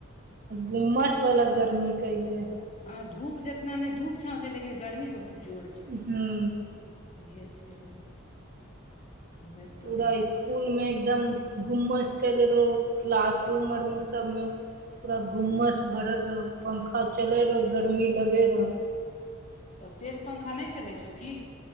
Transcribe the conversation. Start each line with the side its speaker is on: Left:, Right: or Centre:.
Right: घुम्मस वाला गर्मी केले है
Left: ह धूप जितना ने धूप छौं छै लेकिन गर्मी बहुत जोर छै
Right: हूं
Left: इहे छै उहे तो
Right: पूरा एक इकुल मे एकदम घुमस केले रहो क्लासरूम आरमे सबमे पूरा घुम्मस भरल रह पंखा चले रहो गर्मी लगे रह
Left: तऽ स्टेज पंखा नहि चलै छौ की